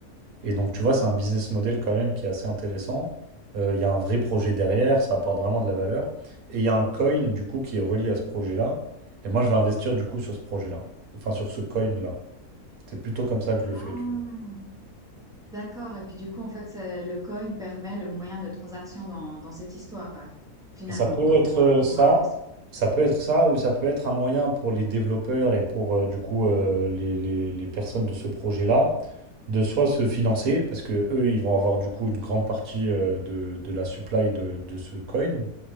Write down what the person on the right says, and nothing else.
Et donc, tu vois, c'est un business model quand même qui est assez intéressant. Euh, Il y a un vrai projet derrière, ça apporte vraiment de la valeur. Et il y a un coin, du coup, qui est relié à ce projet-là. Et moi, je vais investir, du coup, sur ce projet-là. Enfin, sur ce coin-là. C'est plutôt comme ça que je le
fais, tu vois.
ça peut
être euh,
ça,
ça peut être ça, ou ça peut être un moyen pour les développeurs et pour, euh, du coup, euh, les, les- les personnes de ce projet-là de soit se financer, parce que eux, ils vont avoir, du coup, une grande partie euh, de, de la supply de de ce coin.